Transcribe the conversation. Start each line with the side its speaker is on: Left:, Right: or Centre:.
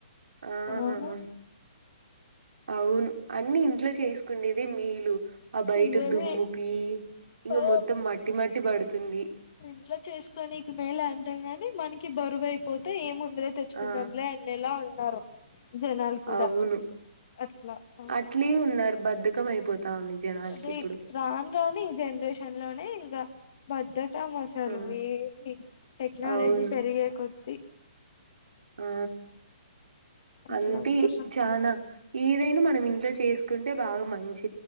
Right: ఆ
Left: అవును
Right: ఆ అవును అన్ని ఇంట్లో చేసుకుండేది మేలు. ఆ బయట
Left: నిజమే
Right: దుమ్ముకి ఇంక
Left: ఆ
Right: మొత్తం మట్టి మట్టి బడుతుంది.
Left: ఇంట్లో చేసుకోనికే మేలే అంటాం కాని మనకి బరువుయిపోతే ఏముం దిలే తెచ్చుకుందాంలే
Right: ఆ
Left: అన్నేలా ఉన్నారు. జనాలు కూడా
Right: అవును
Left: అట్లా ఆ
Right: అట్లే ఉన్నారు బద్ధకం అయిపోతా ఉంది జనాలకి
Left: అదే
Right: ఇప్పుడు
Left: రాను రాని ఈ జనరేషన్ లోనే ఇంగా బద్ద కం అసలు
Right: ఆ
Left: ఏది టెక్నాలజీ
Right: అవును
Left: పెరిగే కొద్దీ
Right: ఆ అంతే
Left: అట్లా అయిపోతా
Right: చానా ఏదైనా మనం ఇంట్లో చేసుకుంటే బాగా మంచి